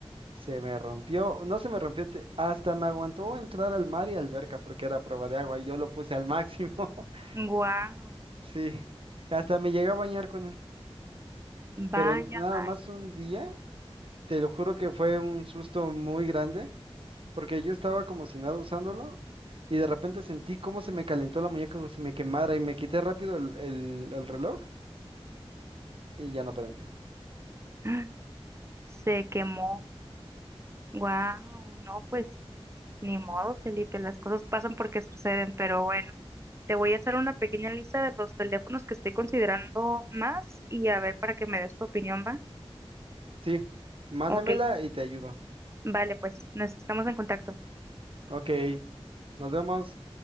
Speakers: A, on the right; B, on the right.
A: Se me rompió, no se me rompió, te- hasta me aguantó entrar al mar y alberca porque era prueba de agua y yo lo puse al máximo. <laughs>
B: <laughs>
A: Sí, hasta me llegué a bañar con él. Pero
B: vaya,
A: nada
B: vaya.
A: más un día, te lo juro que fue un susto muy grande porque yo estaba como si nada usándolo y de repente sentí cómo se me calentó la muñeca como si me quemara y me quité rápido el, el, el reloj y ya no prendió.
B: <gasps> Se quemó. Wow, no, pues Ni modo, Felipe, las cosas pasan porque suceden, pero bueno, te voy a hacer una pequeña lista de los teléfonos que estoy considerando más y a ver para que me des tu opinión, ¿va?
A: Sí, mándamela
B: Ok,
A: y te ayudo.
B: vale, pues nos estamos en contacto.
A: Ok, nos vemos.